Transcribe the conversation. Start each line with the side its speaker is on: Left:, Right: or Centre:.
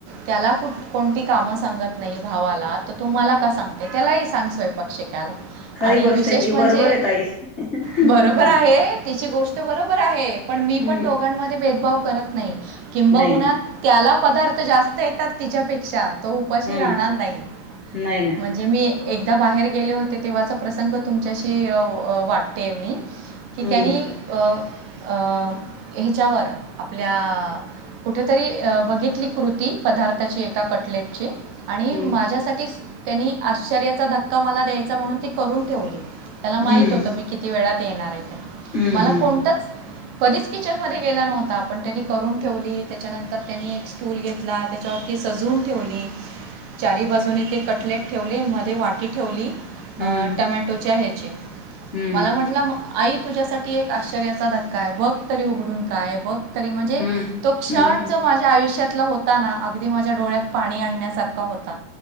Right: त्याला कुठ कोणती कामं सांगत नाही भावाला तर तू मला का सांगते त्यालाही सांग स्वयंपाक शिकायला.
Left: खरी
Right: आणि
Left: गोष्ट
Right: विशेष
Left: आहे ही
Right: म्हणजे
Left: बरोबर आहे ताई हम्म
Right: बरोबर आहे तिची गोष्ट बरोबर आहे. पण मी
Left: हम्म
Right: पण दोघांमध्ये भेदभाव करत नाही किंबहुना
Left: नाही ना
Right: त्याला पदार्थ जास्त येतात तिच्यापेक्षा तो उपाशी
Left: हम्म
Right: राहणार नाही
Left: नाही ना
Right: म्हणजे मी एकदा बाहेर गेले होते तेव्हाचा प्रसंग तुमच्याशी वाटते मी कि
Left: हम्म
Right: त्यांनी अ अ ह्याच्यावर आपल्या. कुठेतरी बघितली कृती पदार्थाची एका कटलेटची. आणि
Left: हम्म
Right: माझ्यासाठीच त्यांनी आश्चर्याचा धक्का मला द्यायचा म्हणून ती करून ठेवली. त्याला माहित
Left: हम्म
Right: होत मी किती वेळात येणार आहे ते
Left: हम्म
Right: मला
Left: हम्म
Right: कोणतच कधीच किचनमध्ये गेला नव्हता पण त्यांनी करून ठेवली त्याच्यानंतर त्यांनी एक स्टूल घेतला त्याच्यावर सजून ठेवली चारी बाजूने ते कटलेट. ठेवले मध्ये वाटी ठेवली
Left: हम्म हम्म
Right: टमॅटोच्या ह्याची.
Left: हम्म
Right: मला म्हटलं आई तुझ्यासाठी एक आश्चर्याचा धक्का आहे बघ. उघडून काय बघ तरी म्हणजे
Left: हम्म
Right: तो क्षण
Left: हम्म
Right: जो माझ्या आयुष्यातला होता अगदी माझ्या डोक्यात डोळ्यात पाणी आणण्यासारखा होता